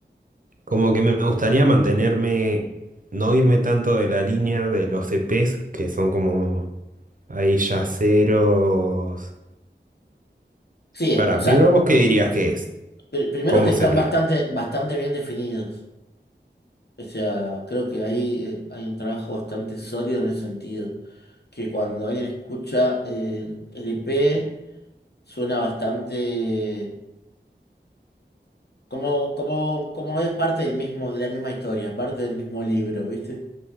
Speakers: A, on the right (about 50°); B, on the left (about 65°).
A: Como que me gustaría mantenerme, no irme tanto de la línea de los EPs, que son como ahí yaceros.
B: Sí,
A: Para,
B: o sea,
A: primero vos qué dirías que es,
B: pr- primero
A: ¿cómo
B: que están
A: sería?
B: bastante, bastante bien definidos. O sea, creo que ahí eh, hay un trabajo bastante sólido en ese sentido. Que cuando alguien escucha eh, el EP, suena bastante. Como, como, como es parte del mismo, de la misma historia, parte del mismo libro, ¿viste?